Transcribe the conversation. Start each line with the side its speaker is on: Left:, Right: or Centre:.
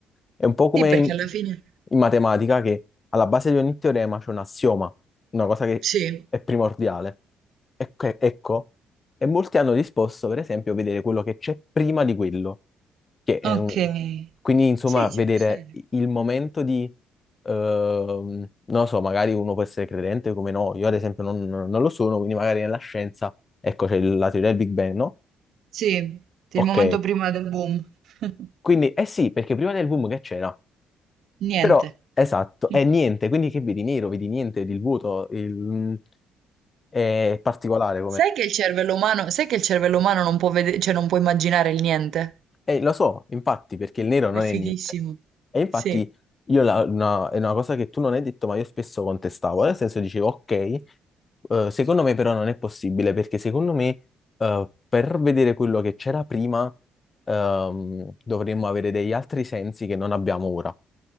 Left: È un po' come
Right: Sì, perché
Left: in,
Right: alla fine,
Left: in matematica che alla base di ogni teorema c'è un assioma, una cosa che
Right: sì.
Left: è primordiale. Ecco, ecco, e molti hanno risposto, per esempio, a vedere quello che c'è prima di quello, che è
Right: Okay.
Left: un- quindi insomma
Right: Sì,
Left: vedere
Right: ci può stare.
Left: il momento di Ehm, non lo so, magari uno può essere credente come no, io ad esempio non, non lo sono, quindi magari nella scienza, ecco, c'è il- la teoria del Big Bang, no?
Right: Sì,
Left: Ok,
Right: il momento prima del boom. <laughs>
Left: quindi eh sì, perché prima del boom che c'era?
Right: Niente.
Left: Però, esatto,
Right: Sì.
Left: è niente, quindi che vedi nero, vedi niente, vedi il vuoto, il- mm, è particolare
Right: Sai che il cervello umano sai che il cervello umano non può vede cioè non può immaginare il niente?
Left: Eh, lo so, infatti, perché il nero
Right: È
Left: non
Right: fighissimo.
Left: è niente. E infatti
Right: Sì.
Left: io la- una- è una cosa che tu non hai detto, ma io spesso contestavo. Nel senso dicevo, ok, eh, secondo me però non è possibile, perché secondo me eh, per vedere quello che c'era prima ehm, dovremmo avere degli altri sensi che non abbiamo ora.